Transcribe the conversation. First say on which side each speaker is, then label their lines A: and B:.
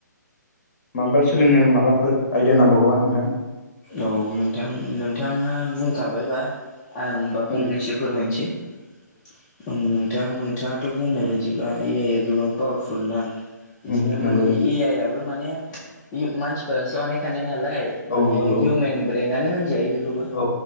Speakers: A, on the left (about 40°); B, on the left (about 15°).
A: माबा सोलोंनो माबाफोर आइडिया नांबावगौबा नोंथां
B: औ नोंथां नोंथाङा बुंखाबायबा आं होनबा फंनैसो
A: उम
B: फोरमायनोसै औ नोंथां नोंथाङाथ' बुंनाय बायदिबा ए आइ आ गोबां पावारफुल ना बिदिनो
A: उम नंगौ
B: माने ए आइ आबो माने मानसिफोरासो बानायखानाय नालाय माने
A: औ नंगौ
B: मेन ब्रेनानो होनजायो बेखौबो
A: औ